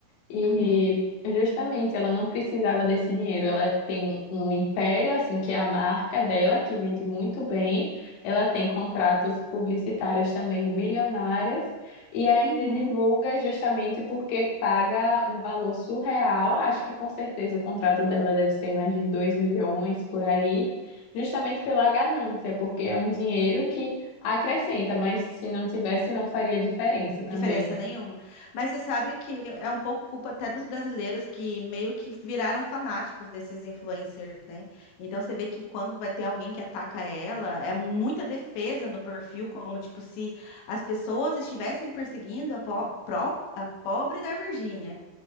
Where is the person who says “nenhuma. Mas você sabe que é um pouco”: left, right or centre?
Left